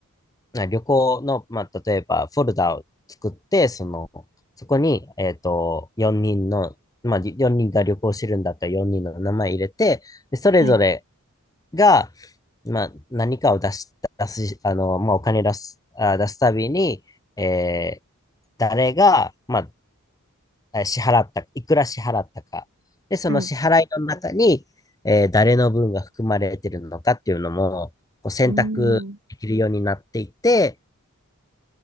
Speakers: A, on the left (about 15°); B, on the right (about 60°).
A: な旅行の、まあ、例えばフォルダを作って、その、そこに、えっと、4人の、まあ、4人が旅行してるんだったら4人の名前入れて、で、それぞれ
B: はい、
A: が、まあ、何かを出し、出す、あの、まあ、お金出す、あ、出すたびに、えー誰が、まあ、え支払った、いくら支払ったか。で、その支払いの中に、
B: はい。
A: えー誰の分が含まれてるのかっていうのも、こう選択できるようになっていて、
B: うん。